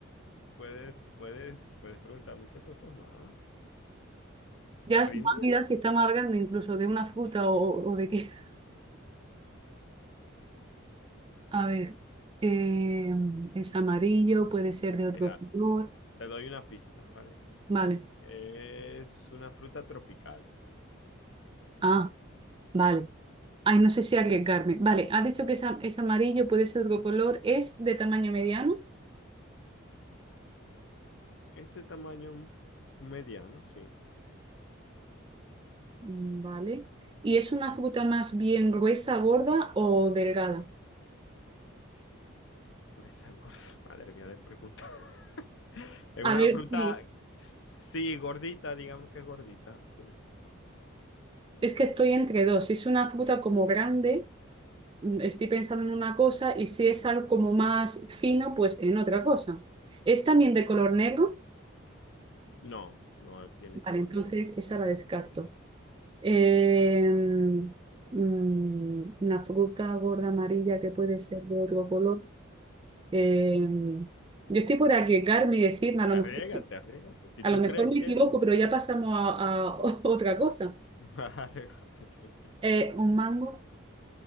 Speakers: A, on the left (about 60°); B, on the right (about 25°).
A: puedes, puedes, puedes preguntar muchas cosas más.
B: Ya
A: ¿Te rindes?
B: se me ha olvidado si estamos hablando incluso de una fruta o, o de qué. <laughs> A ver, eh, es amarillo, puede ser de otro
A: Mira,
B: color.
A: te doy una pista, ¿vale?
B: Vale.
A: Es una fruta tropical.
B: Ah, vale. Ay, no sé si arriesgarme. Vale, has dicho que es, a- es amarillo, puede ser otro color. ¿Es de tamaño mediano?
A: Es de tamaño mediano, sí.
B: Mm, Vale. ¿Y es una fruta más bien gruesa, gorda o delgada?
A: Curacao, gorda. <laughs> Madre mía, de pregunta. <laughs> Es
B: A
A: una
B: ver,
A: fruta,
B: sí.
A: sí, gordita, digamos que es gordita, sí.
B: Es que estoy entre dos. Si es una fruta como grande, mm, estoy pensando en una cosa, y si es algo como más fino, pues en otra cosa. ¿Es también de color negro?
A: No, no tiene
B: Vale,
A: color
B: entonces
A: negro.
B: esa la descarto. Eh, mm, una fruta gorda amarilla que puede ser de otro color. Eh, yo estoy por arriesgarme y decirme, a lo mejor,
A: Arriégate, arriégate. Si
B: a
A: tú
B: lo mejor
A: crees
B: me
A: que...
B: equivoco, pero ya pasamos a, a <laughs> otra cosa.
A: <laughs> Vale, vale.
B: Eh, un mango,